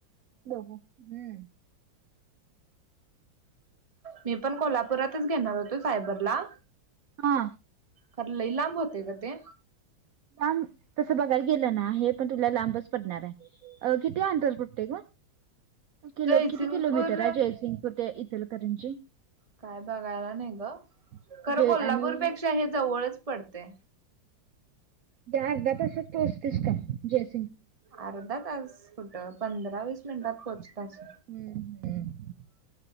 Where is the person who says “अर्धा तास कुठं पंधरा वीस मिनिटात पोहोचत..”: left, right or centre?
Right